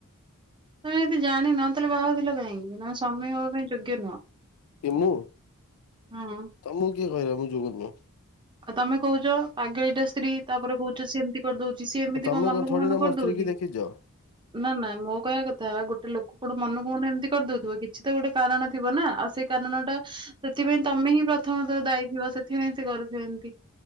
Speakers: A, on the right (about 20°); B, on the left (about 70°).
A: ତମେ ଯଦି ଜାଣି ନ ତାହେଲେ ବାହା ହଉଥିଲ କାହିଁକି ତମେ ସ୍ୱାମୀ ହେବା ପାଇଁ ଯୋଗ୍ୟ ନୁହଁ।
B: କିଏ ମୁଁ?
A: ହଁ।
B: ତମକୁ କିଏ କହିଲା ମୁଁ ଯୋଗ୍ୟ ନୁହ?
A: ଆଉ ତମେ କହୁଛ। ପାଗଳିଟା ସ୍ତ୍ରୀ ତାପରେ କହୁଛ ସେ ଏମିତି କରିଦଉଛି ସିଏ ଏମିତି
B: ତମେ
A: କଣ ମନକୁ
B: ଥୋଡି
A: ମନ
B: ନା
A: କରିଦଉଛି।
B: ମୋ ସ୍ତ୍ରୀ କି ଦେଖିଛ।
A: ନା ନା ମୋ କହିବା କଥା ଗୋଟେ ଲୋକ କଣ ମନକୁ ମନେ ଏମିତି କରିଦଉଥିବ କିଛି ତ ଗୋଟେ କାରଣ ଥିବ ନା ଆଉ ସେଇ କାରଣ ଟା ସେଥିପାଇଁ ତମେ ହିଁ ପ୍ରଥମତ ଦାୟୀ ଥିବ ସେଥିପାଇଁ ସେ କରୁଥିବେ ଏମିତି।